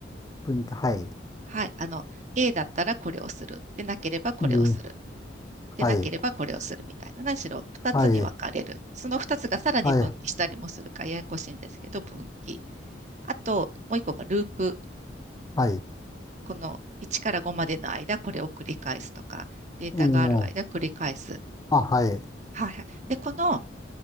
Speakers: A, on the left; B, on the right.
A: 文、はい、
B: はい。あの、A だったらこれをする。でなければこれをする。
A: う
B: でなければこれをするみたいな。
A: はい、
B: 何しろ2つに分かれる。
A: はい、
B: その2つがさらに分岐したりもするからややこしいんですけど、
A: はい、
B: 分岐。あと、もう1個がループ。
A: はい、
B: この1から5までの間、これを繰り返すとか、データがある間繰り返す。
A: ええ、あ、はい、
B: はい。で、この